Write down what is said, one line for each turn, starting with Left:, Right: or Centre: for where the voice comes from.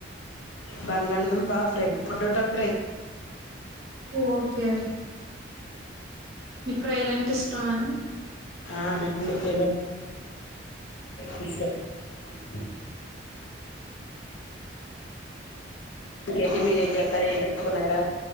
Left: బంగాళ దుంపా ఫ్రై పోటాటో ఫ్రై
Right: ఓకే మీకు ఫ్రై లంటే ఇష్టమా
Left: ఆ పదం మిస్టేక్ <unintelligible> కతే మీరేం చెప్త ఏం చెకున్నారుర